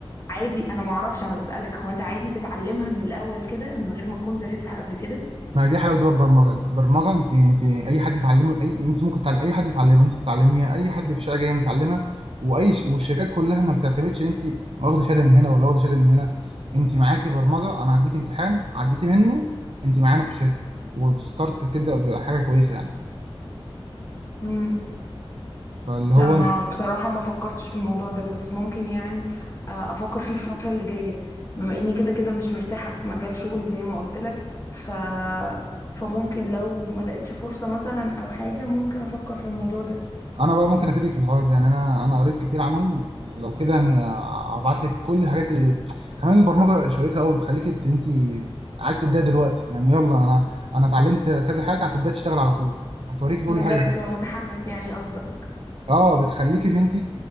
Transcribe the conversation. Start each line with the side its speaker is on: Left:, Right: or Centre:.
Left: عادي انا معرفش انا بسألك هو انت عادي تتعلمها من الاول كده من غير ما تكون دارسها قبل كده
Right: ما هي دي حلاوه بقى البرمجه البرمجه انت انت اي حد يتعلم اي انت ممكن تعلم اي حد يتعلمها انت بتتعلميها اي حد في الشارع جاي متعلمها واي ش... والشركات كلها ما بتعتمدش ان انت واخده شهاده من هنا ولا واخده شهاده من هنا انت معاكي برمجه انا هديك امتحان عديتي منه انت معانا في الشركه وستارت بتبدا بحاجه كويسه يعني
Left: امم
Right: فاللي هو
Left: لا ما بصراحة ما فكرتش في الموضوع ده بس ممكن يعني آه، أفكر فيه الفترة اللي جاية بما إني كده كده مش مرتاحة في مجال شغلي زي ما قلت لك ف... فممكن لو ما لقيتش فرصة مثلا أو حاجة ممكن أفكر في الموضوع ده
Right: انا بقى ممكن افيدك في الحوار ده يعني انا انا قريت كتير عنهم لو كده هبعت لك كل الحاجات اللي <tsk> كمان البرمجه شيقه قوي بتخليك انت انت عايز تبداي دلوقتي يعني يلا انا انا اتعلمت كذا حاجه هتبداي تشتغل على طول هتوريكي كل
Left: بجد
Right: الحاجات دي
Left: بتبقى متحمس يعني قصدك
Right: <laughs> اه بتخليك ان انت